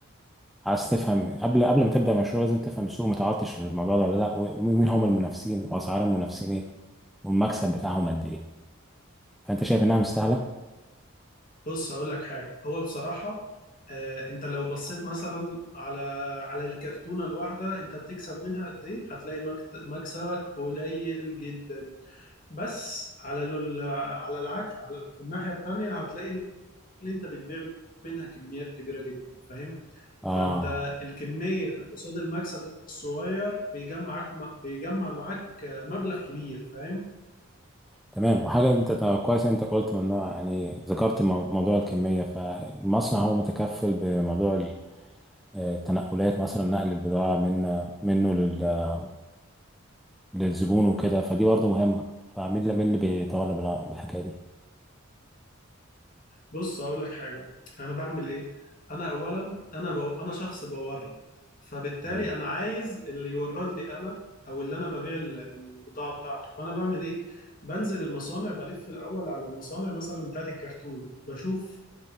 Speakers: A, in the centre; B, on the left.
A: عايز تفهم قبل قبل ما تبدأ مشروع لازم تفهم السوق متعطش للموضوع ده ولا لا ومين هم المنافسين وأسعار المنافسين ايه والمكسب بتاعهم قد ايه فأنت شايف إنها مستاهلة؟
B: بص هقول لك حاجة هو بصراحة آه انت لو بصيت مثلا على على الكرتونة الواحدة انت بتكسب منها قد ايه هتلاقي مكت- مكسبك قليل جدا بس على ال- على العكس على في الناحية التانية هتلاقي ان انت بتبيع منها كميات كبيرة جدا فاهم
A: آه
B: فانت الكمية قصاد المكسب الصغير بيجمعك بيجمع معاك آه، مبلغ كبير فاهم
A: تمام وحاجة انت طب كويس انت قلت ممنوع يعني ذكرت مو- موضوع الكمية فالمصنع هو متكفل بموضوع ال- آه، التنقلات مثلا نقل البضاعة من منه لل- للزبون وكده فدي برضه مهمة فمين اللي مين اللي بيتولى بال- بالحكاية دي
B: بص هقول لك حاجه انا بعمل ايه انا اولا انا ب... انا شخص بورد فبالتالي
A: تمام
B: انا عايز اللي يورد لي انا او اللي انا ببيع ال- البضاعه بتاعته فانا بعمل ايه بنزل المصانع بلف الاول على المصانع مثلا بتاعت الكرتون بشوف